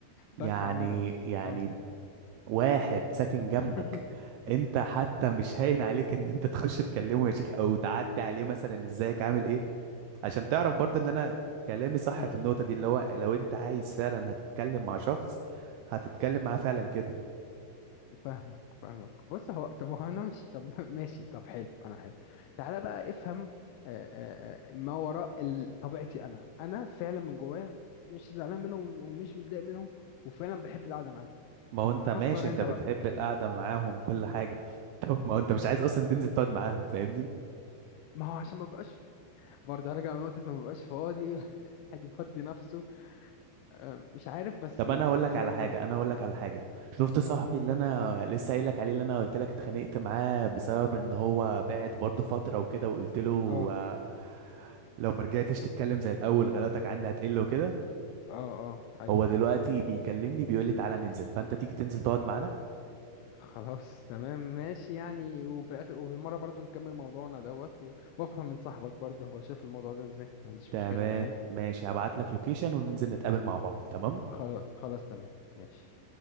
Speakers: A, on the right; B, on the left.
A: يعني
B: بس عامة
A: يعني
B: أه
A: واحد ساكن جنبك
B: <laughs>
A: انت حتى مش هاين عليك ان انت <laughs> تخش تكلمه يا شيخ او تعدي عليه مثلا ازيك عامل ايه عشان تعرف برضه ان انا كلامي صح
B: <laughs>
A: في النقطة دي اللي هو لو انت عايز فعلا هتتكلم مع شخص هتتكلم معاه فعلا كده
B: فاهمك فاهمك بص هو طب هو انا مش طب <laughs> ماشي طب حلو انا حلو تعالى بقى افهم آه، آه، آه، ما وراء ال- طبيعتي انا انا فعلا من جوايا مش زعلان منهم ومش متضايق منهم وفعلا بحب القعده معاهم
A: ما هو انت ماشي
B: فسر
A: انت
B: انت
A: بتحب
B: بقى
A: القعدة معاهم وكل حاجة <laughs> طب ما هو انت مش عايز اصلا تنزل تقعد معاهم فاهمني
B: ما هو عشان ما بقاش ف- برضه هرجع لنقطه ما بقاش فاضي <laughs> حد يفضي نفسه آه، مش عارف بس
A: طب
B: يعني
A: انا هقول
B: انا
A: لك
B: فعلا
A: على حاجه
B: قول
A: انا هقول لك على حاجه شفت صاحبي
B: قول
A: اللي انا لسه قايل لك عليه اللي انا قلت لك اتخانقت معاه بسبب ان هو بعد برضه فتره وكده وقلت له
B: اه
A: آه، لو ما رجعتش تتكلم زي الاول غلطك عندي هتقل وكده
B: اه اه ايوه
A: هو دلوقتي بيكلمني بيقول لي تعالى ننزل فانت تيجي تنزل تقعد معانا
B: خلاص تمام ماشي يعني وفي الاخر وفي المره برضو نكمل موضوعنا دوت و- وافهم من صاحبك برضه هو شايف الموضوع ده ازاي ما عنديش
A: تمام
B: مشكله تمام
A: ماشي هبعت لك لوكيشن وننزل نتقابل مع بعض تمام
B: خلاص خلاص تمام ماشي